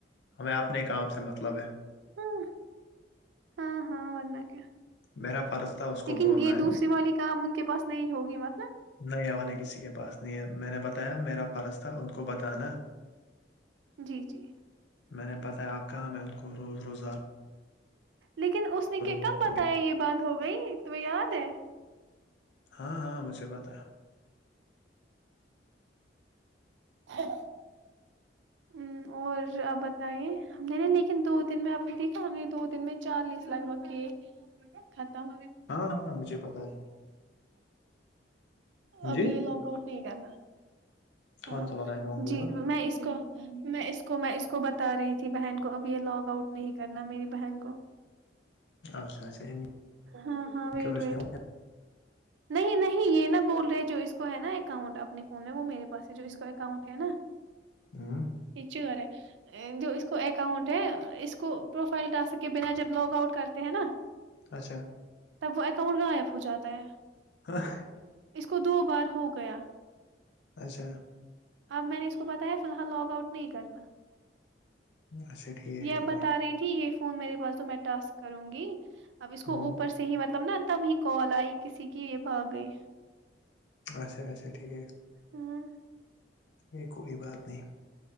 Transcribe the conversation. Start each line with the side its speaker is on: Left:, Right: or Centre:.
Left: ہمیں اپنے کام سے مطلب ہے
Right: ہاں ہاں ہاں ونک
Left: میرا فرض تھا اس
Right: لیکن
Left: کو بولنا
Right: یہ
Left: ہے
Right: دوسری
Left: نا
Right: والی کام ان کے پاس نہیں ہوگی مت ن
Left: نہیں والے کسی کے پاس نہیں ہے میں نے بتایا میرا فرض تھا ان کو بتانا
Right: جی جی
Left: میں نے بتایا آپ کہاں میں ان کو روز روزار
Right: لیکن اس نے کہ کب
Left: وہ کرو
Right: بتایا یہ بند ہو گئی تو یاد ہے
Left: ہاں ہاں مجھے پتایا
Right: ہ <unintelligible> ہ اور آپ بتے ہم نے نا لیکن دو دن میں آپ نے دیکھا ہم نے دو دن میں چالیس لگ بگ یہ ختم
Left: ہاں ہاں ہاں، مجھے پتا ہے جی
Right: اب یہ لگ آؤٹ نہیں کرنا ہاں
Left: کون سا والا اکاؤنٹ یہ
Right: جی
Left: والا
Right: میں اس کو میں اس کو میں اس کو بتا رہی تھی بہن کو اب یہ لاگ آؤٹ نہیں کرنا میری بہن کو
Left: اچھا اچھا ان
Right: ہاں ہاں ویٹ
Left: کیوں اس
Right: ویٹ
Left: نے ہو گیا؟
Right: نہیں نہیں یہ نہا بول رہے جو اس کو ہے نا اکاؤنٹ اپنے فون میں وہ میرے پاس سے جو اس کو اکاؤنٹ ہے نا <inaudible>
Left: ہاں
Right: یہچغے جو اس کو اکاؤنٹ ہے اس کو پروفائل ٹاسک کے بنا جب لاگ آؤٹ کرتے ہیں نا <inaudible>
Left: اچھا
Right: تب وہ اکاؤنٹ غائب ہو جاتا ہے
Left: ہ <unintelligible>
Right: اس کو دو بار ہو گیا
Left: اچھا
Right: اب میں نے اس کو بتایا فی الحال لاگ آؤٹ نہیں کرنا
Left: اچھا ٹھیک
Right: یہ اب
Left: ٹھیک
Right: بتا رہی تھی یہ فون میرے پاس تو میں ٹسک کروں گی اب اس کو
Left: ہوں
Right: اوپر سے ہی مطلب نا تبھی کال آئی کسی کی یہ بھا گئی
Left: اھا اچھا ٹھیک
Right: ہاں
Left: یہ کوئی بات نہیں